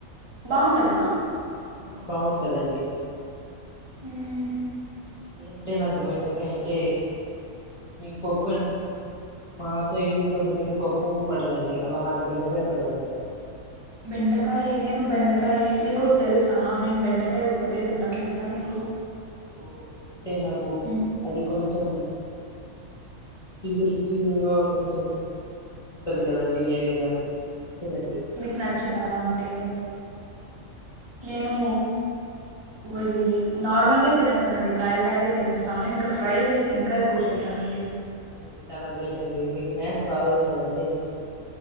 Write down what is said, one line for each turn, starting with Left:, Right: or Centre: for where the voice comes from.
Right: బాగుంటదా
Left: ఆ బాగుంటదండి
Right: మ్
Left: ఏమింటే నాకు బెండకాయ అంటే మీకు పప్పు అం మా సైడు కొంతమందికి పప్పు పడదండి అలా నాకు బెండ కయపడదండి అంతే
Right: బెండకాయ నేను బెండకాయ మీకు ఒకటి తెలుసా నేను బెండకాయ ఉత్తదే తింటాను తెలుసా మీకు
Left: ఓ అంటే నాకు
Right: మ్మ్
Left: అది కొంచెం చిగురు చిగురుగా కొంచెం ఉంటది కదండి అది నాకు నచ్చదండి
Right: మీకు
Left: అందుకు
Right: నచ్చద
Left: నేను
Right: అలా
Left: తిన
Right: అంటే
Left: ఆ నచ్చదండి
Right: నేను ఇవి నార్మల్వే తినేస్తానండి కాయలు కాయలే తినేస్తాను ఇంకా ఫ్రై చేస్తే ఇంకా ఎక్కువ వ తింటానండి
Left: ఓ చాలా గ్రేట్ అండి మీకు మ్యాథ్స్ బాగా వస్తదండి